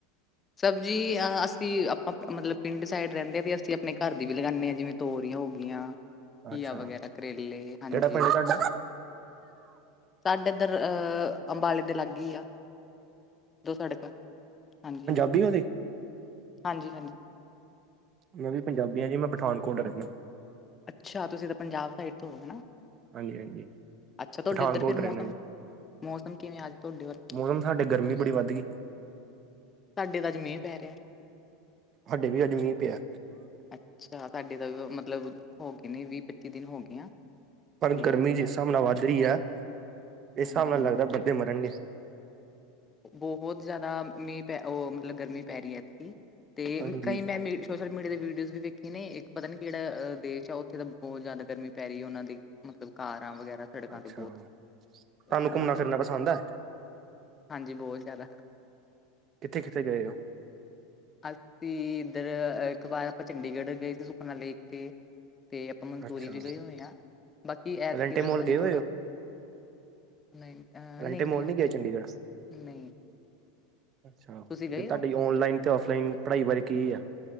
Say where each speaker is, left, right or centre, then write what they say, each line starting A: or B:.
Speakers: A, on the left (about 25°); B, on the right (about 40°).
A: ਸਬਜ਼ੀ ਅ ਅਸੀਂ ਆਪਾਂ ਮਤਲਬ ਪਿੰਡ ਸਾਈਡ ਰੈਂਦੇ ਆਂ ਤੇ ਅਸੀਂ ਆਪਨੇ ਘਰ ਦੀ ਵੀ ਲਗਾਨੇ ਆਂ ਜਿਵੇਂ ਤੋਰੀਆਂ ਹੋ ਗੀਆਂ, ਘੀਆ
B: ਅੱਛਾ
A: ਵਗੈਰਾ, ਕਰੇਲੇ ਹਾਂਜੀ।
B: ਕਿਹੜਾ ਪਿੰਡ ਤੁਹਾਡਾ?
A: ਸਾਡੇ ਏਦਰ ਅ ਅੰਬਾਲੇ ਦੇ ਲਾਗੇ ਈ ਆ। ਦੋ ਸੜਕਾਂ ਹਾਂਜੀ-ਹਾਂਜੀ।
B: ਵੱਡੀ ਓਦੀ।
A: ਹਾਂਜੀ-ਹਾਂਜੀ।
B: ਮੈਂ ਵੀ ਪੰਜਾਬੀ ਆਂ ਜੀ ਮੈਂ ਪਠਾਨਕੋਟ ਰੈਨਾ।
A: ਅੱਛਾ, ਤੁਸੀਂ ਤਾਂ ਪੰਜਾਬ ਸਾਈਡ ਤੋਂ ਹਨਾ।
B: ਹਾਂਜੀ- ਹਾਂਜੀ!
A: ਅੱਛਾ, ਤੁਹਾਡੇ
B: ਪਠਾਨਕੋਟ
A: ਇੱਧਰ ਫਿਰ ਮੌਸਮ-
B: ਰਹਿੰਦਾ ਜੀ।
A: ਮੌਸਮ ਕਿਵੇਂ ਅੱਜ ਤੁਹਾਡੇ ਵੱਲ?
B: ਮੌਸਮ ਸਾਡੇ ਗਰਮੀ ਬੜੀ ਵੱਧ ਗਈ।
A: ਸਾਡੇ ਤਾਂ ਅੱਜ ਮੀਂਹ ਪੈ ਰਿਹਾ।
B: ਸਾਡੇ ਵੀ ਅਜ ਮੀਹ ਪਿਆ।
A: ਅੱਛਾ, ਸਾਡੇ ਤਾਂ ਮਤਲਬ ਹੋ ਗਏ ਨੇ ਵੀਹ ਪੱਚੀ ਦਿਨ ਹੋ ਗਏ ਆ।
B: ਪਰ
A: ਤੇ
B: ਗਰਮੀ ਜਿਸ
A: ਹੁਣ
B: ਹਿਸਾਬ ਨਾਲ ਵੱਧ ਰਹੀ ਹੈ, ਇਸ
A: ਹਾਂਜੀ-ਹਾਂਜੀ,
B: ਹਿਸਾਬ ਨਾਲ ਲੱਗਦਾ ਬੰਦੇ ਮਰਨਗੇ।
A: ਬਹੁਤ ਜ਼ਿਆਦਾ ਮੀਂਹ ਪੈ ਉਹ ਮਤਲਬ ਗਰਮੀ ਪੈ ਰਹੀ ਹੈ, ਇੱਥੇ ਦੀ ਤੇ
B: ਹਾਂਜੀ
A: ਕਈ ਮੈਂ ਮੀਂਹ ਸੋਸ਼ਲ ਮੀਡੀਆ ਦੇ ਵੀਡੀਓਜ਼ ਵੀ ਵੇਖੀ ਨੇ ਇੱਕ ਪਤਾ ਨੀ ਕਿਹੜਾ ਦੇਸ਼ ਆ, ਉੱਥੇ ਤਾਂ ਬਹੁਤ ਜ਼ਿਆਦਾ ਗਰਮੀ ਪੈ ਰਹੀ ਹੈ ਉਹਨਾਂ ਦੀ। ਮਤਲਬ ਕਾਰਾਂ ਵਗੈਰਾ ਸੜਕਾਂ
B: ਅੱਛਾ,
A: ਤੇ ਬਹੁਤ
B: ਤੁਹਾਨੂੰ
A: ਹਾਂਜੀ-ਹਾਂਜੀ,
B: ਘੁੰਮਣਾ ਫਿਰਨਾ
A: ਹਾਂਜੀ
B: ਪਸੰਦ ਹੈ?
A: ਹਾਂਜੀ ਬਹੁਤ ਜ਼ਿਆਦਾ।
B: ਕਿੱਥੇ- ਕਿੱਥੇ ਗਏ ਹੋ?
A: ਅਸੀਂ ਇੱਧਰ ਇੱਕ ਵਾਰ ਆਪਾਂ ਚੰਡੀਗੜ੍ਹ ਗਏ ਸੀ ਸੁਖਨਾ ਲੇਕ ਤੇ ਤੇ ਆਪਾਂ ਮਨਸੂਰੀ
B: ਅੱਛਾ
A: ਵੀ ਗਏ ਹੋਏ ਹਾਂ, ਬਾਕੀ ਐਤਕੀ
B: ਅਲੰਟੇ
A: ਦਾ
B: ਮੋਲ
A: ਅਜੇ
B: ਗਏ ਹੋਏ
A: ਥੋੜ੍ਹਾ
B: ਹੋ
A: ਨਹੀਂ -ਨਹੀਂ
B: ਅਲੰਟੇ ਮੋਲ
A: -ਨਹੀਂ ਉੱਥੇ
B: ਨੀ ਗਏ ਚੰਡੀਗੜ੍ਹ
A: ਨਹੀਂ- ਨਹੀਂ।
B: ਅੱਛਾ
A: ਤੁਸੀਂ ਗਏ
B: ਤੇ ਤੁਹਾਡੀ
A: ਓ?
B: ਔਨਲਾਈਨ ਤੇ ਓਫਲਾਈਨ ਪੜ੍ਹਾਈ ਬਾਰੇ ਕੀ ਆ